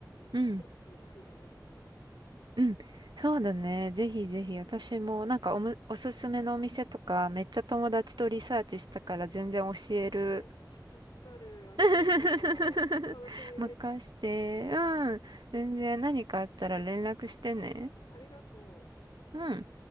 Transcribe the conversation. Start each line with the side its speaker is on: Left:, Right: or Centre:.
Left: 行ってみるのありだなって思った。
Right: うん、うん。そうだね。ぜひぜひ、私もなんかおむ、おすすめのお店とか、めっちゃ友達とリサーチしたから全然教える。
Left: あ、めっちゃ助かる。ありがとう。
Right: <laughs>
Left: 楽しみ。
Right: 任して。うん。全然何かあったら連絡してね。
Left: ありがとう。
Right: うん。